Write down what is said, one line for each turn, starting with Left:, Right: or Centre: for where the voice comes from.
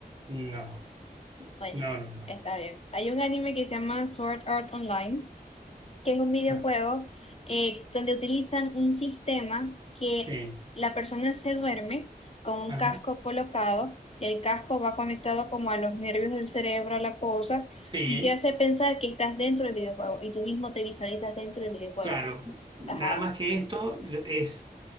Right: no,
Left: Bueno,
Right: no, no, no.
Left: está bien. Hay un anime que se llama Sword Art Online, que es un videojuego
Right: Ah,
Left: eh, donde utilizan un sistema que
Right: sí,
Left: la persona se duerme con un
Right: ajá,
Left: casco colocado, el casco va conectado como a los nervios del cerebro, a la cosa,
Right: sí.
Left: y te hace pensar que estás dentro del videojuego y tú mismo te visualizas dentro del videojuego.
Right: Claro, nada
Left: Ajá,
Right: más que esto lo- es,